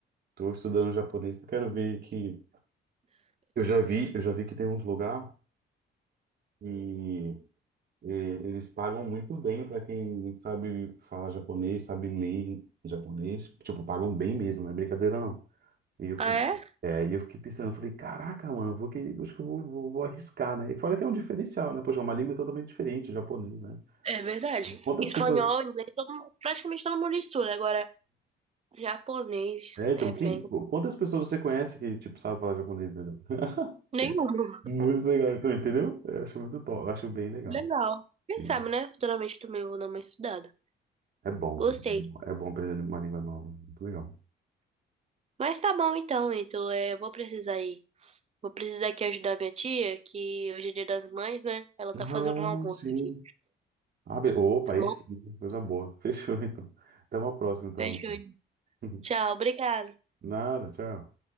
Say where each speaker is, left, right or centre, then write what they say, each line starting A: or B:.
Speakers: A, on the right; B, on the right.
A: Estou estudando japonês, porque eu quero ver que eu já vi, eu já vi que tem uns lugar e, e eles pagam muito bem para quem sabe falar japonês, sabe ler em japonês, tipo, pagam bem mesmo, não é brincadeira não. E eu,
B: Ah,
A: fal-
B: é?
A: é, e eu fiquei pensando, eu falei, caraca, mano, eu vou que, acho que eu vou, vou, vou arriscar, né? E fora que é um diferencial, né? Poxa, é uma língua totalmente diferente, japonês, né?
B: É verdade.
A: Quantas
B: Espanhol,
A: pessoas.
B: inglês, todo mundo- praticamente todo mundo estuda. Agora, japonês
A: É, tipo,
B: é bem.
A: quem, quantas pessoas você conhece que, tipo, sabe falar japonês, entendeu? <laughs>
B: Nenhum.
A: Muito legal, então, entendeu? Eu acho muito top, eu acho bem legal.
B: Legal. Quem
A: Sim.
B: sabe, né? Futuramente também eu vou dar uma estudada.
A: É bom,
B: Gostei.
A: é bom aprender uma língua nova, muito legal.
B: Mas tá bom então, Ítalo. É, eu vou precisar ir. Vou precisar aqui ajudar minha tia, que hoje é dia das mães, né? Ela
A: Ah,
B: tá fazendo um almoço
A: sim.
B: aqui,
A: Ah, be- opa,
B: tá
A: aí
B: bom?
A: sim, coisa boa. <laughs> Fechou, então. Até uma próxima, então,
B: Beijo.
A: amiga. <laughs>
B: Tchau, obrigada.
A: Nada, tchau.